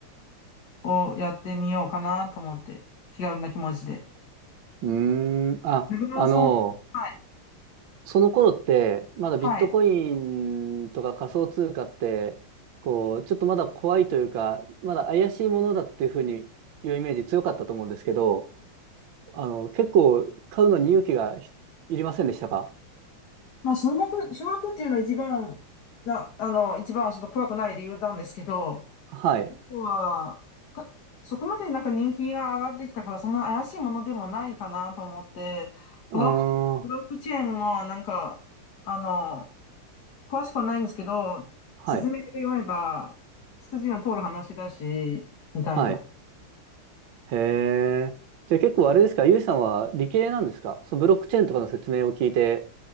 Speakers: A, on the left; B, on the right.
A: をやってみようかなと思って、気軽な気持ちで。
B: うーん。あ、
A: 中村さんは、
B: あの、
A: はい、
B: その頃って、まだビットコインとか仮想通貨って、
A: はい。
B: こう、ちょっとまだ怖いというか、まだ怪しいものだっていうふうにいうイメージ強かったと思うんですけど、あの、結構買うのに勇気がひいりませんでしたか
A: まあ、少額、少額っていうのは一番、な、あの、一番その怖くない理由なんですけど、
B: はい。
A: は、た、そこまでなんか人気が上がってきたから、そんな怪しいものでもないかなと思って、
B: ああ、
A: ブロック、ブロックチェーンもなんか、あの、詳しくはないんですけど、
B: はい、
A: 説明だけ読めば、筋の通る話だし、みたいな。
B: はい。へえ。じゃあ結構あれですか、ゆいさんは理系なんですかそのブロックチェーンとかの説明を聞いて、